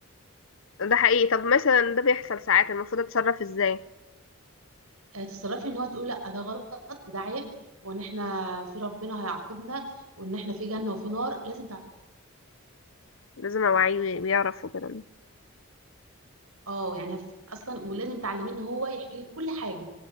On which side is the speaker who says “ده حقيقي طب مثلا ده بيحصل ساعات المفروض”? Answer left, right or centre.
Left